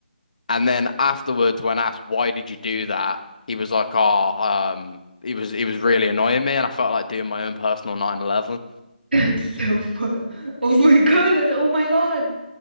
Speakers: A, on the left; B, on the right.
A: And then afterwards, when asked why did you do that, he was like, "Oh, um, it was it was really annoying me, and I felt like doing my own personal 9/11."
B: <laughs> That's so fun. Oh my God, that's oh my God.